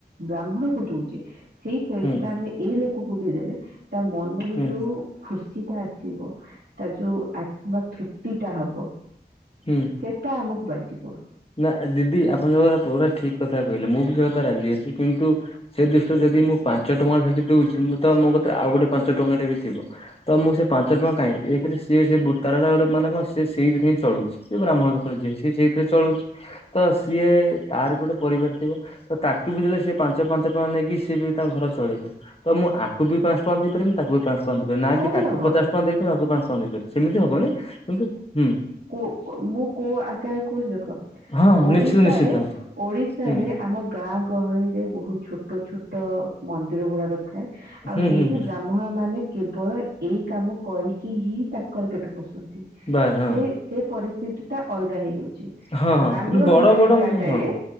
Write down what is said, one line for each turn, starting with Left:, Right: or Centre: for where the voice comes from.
Right: ବ୍ରାହ୍ମଣକୁ ଦୋଉଛେ ସେଇ ପଇସା
Left: ହୁଁ
Right: ଟା ଆମେ ଏଇ ଲୋକକୁ ଦେଇଦେଲେ ତା ମନରୁ
Left: ହୁଁ
Right: ଯୋଉ ଖୁସି ଟା ଆସିବ ତା ଯୋଉ ଆତ୍ମା ତୃପ୍ତି ଟା ହବ।
Left: ହୁଁ।
Right: ସେଟା ଆମକୁ ବାଜିବ।
Left: ନା ଦିଦି ଆପଣଙ୍କ ଯୋଉ କଥା ପୁରା ଠିକ କଥା କହିଲେ। ମୁଁ ବି ସେ କଥା ରାଜି ଅଛି। କିନ୍ତୁ ସେ ଦୃଷ୍ଟିରୁ ଯଦି ମୁଁ ପାଞ୍ଚ ଟଙ୍କା ସେଠି ଦଉଛି ମୁଁ ତ ଆଉ ମୋ କତିରେ ଆଉ ଗୋଟେ ପାଞ୍ଚ ଟଙ୍କା ଟେ ବି ଥିବ। ତ ମୁଁ ସେ ପାଞ୍ଚ ଟଙ୍କା କାଇଁ ଏକରେ ସେ ତାର ଟା ମାନେ କଣ ସିଏ ସେଇଥିରେ ହିଁ ଚଳୁଛି। ସେ ବ୍ରାହ୍ମଣ ଲୋକରେ ଜିଏ ସେ ସେଇଥିରେ ଚଳୁଛି। ତ ସିଏ ତାର ବି ଗୋଟେ ପରିବାର ଥିବ ତ ତାଙ୍କୁ ବି ଦେଲେ ସିଏ ପାଞ୍ଚ ପାଞ୍ଚ ଟଙ୍କା ନେଇକି ସିଏ ବି ତା ଘର ଚଳେଇବ। ତ ମୁଁ ଆକୁ ବି ପାଞ୍ଚ ଟଙ୍କା ଦେଇପାରିବିନି ତାକୁ ବି ପାଞ୍ଚ ଟଙ୍କା ଦେଇ ପାରିବିନି ନା
Right: କରିହବ
Left: କି ତାକୁ ପଚାଶ ପାଞ୍ଚ ଟଙ୍କା ଦେଇଥିବି ଆକୁ ପାଞ୍ଚ ଟଙ୍କା ଦେଇପାରିବି ସେମିତି ହବନି କିନ୍ତୁ ହୁଁ
Right: କୋଉ ମୁଁ କୋଉ ଆକାରରେ କହୁଛିି ଦେଖ।
Left: ହଁ
Right: ଓଡିଶାରେ
Left: ନିଶ୍ଚିତ ନିଶ୍ଚିତ।
Right: ଓଡିଶାରେ
Left: ହୁଁ
Right: ଆମ ଗାଁ ଗହଳି ରେ ବହୁତ ଛୋଟ ଛୋଟ ମନ୍ଦିର ଗୁଡାକ ଥାଏ। ଆଉ
Left: ହୁଁ
Right: ସେଇଠି
Left: ହୁଁ ହୁଁ
Right: ବ୍ରା ହ୍ମଣ ମାନେ କେବଳ ଏଇ କାମ କରିକି ହି ତାଙ୍କର ପେଟ ପୋଷନ୍ତି।
Left: ବାସ୍ ହଁ
Right: ସେ ସେ ପରିସ୍ଥିତି ଟା ଅଲଗା ହେଇଯାଉଛି।
Left: ହଁ ହଁ
Right: ବାଙ୍ଗଲୋର
Left: କିନ୍ତୁ ବଡ
Right: ଭଳିଆ
Left: ବଡ
Right: ଜାଗାରେ
Left: ମୁଁ ହଁ